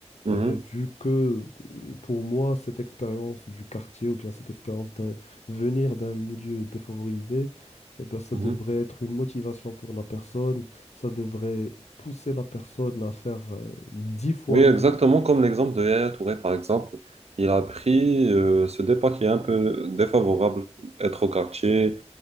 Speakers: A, on the right; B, on the left.
A: mhm,
B: Eh ben, vu que euh, pour moi, cette expérience du quartier ou bien cette expérience d'un venir d'un milieu défavorisé, eh ben, ça
A: mhm.
B: devrait être une motivation pour la personne, ça devrait pousser la personne à faire euh, dix fois
A: Oui,
B: mieux.
A: exactement comme l'exemple de Yaya Touré, par exemple. Il a pris euh, ce départ qui est un peu défavorable, être au quartier